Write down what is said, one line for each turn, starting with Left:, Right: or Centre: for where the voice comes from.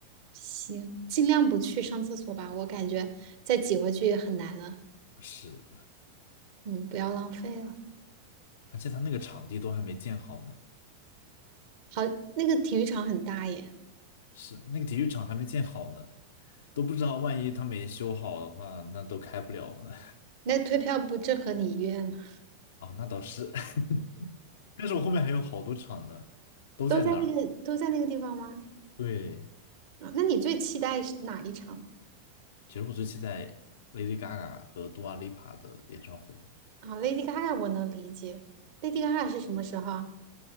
Right: 行，尽量不去上厕所吧，我感觉再挤回去也很难了。
Left: 是，
Right: 嗯，不要浪费了。
Left: 而且他那个场地都还没建好呢，
Right: 好，那个体育场很大耶，
Left: 是那个体育场还没建好呢，都不知道万一他没修好的话，那都开不了了。
Right: 那退票不正合你意愿吗？
Left: <laughs> 啊，那倒是。<laughs> 但是我后面还有好多场呢，都在那儿。
Right: 都在那个都在那个地方吗？
Left: 对，
Right: 啊，那你最期待是哪一场
Left: 其实我最期待 Lady Gaga 和 Dua Lipa 的演唱会，
Right: 啊？Lady Gaga 我能理解，Lady Gaga 是什么时候啊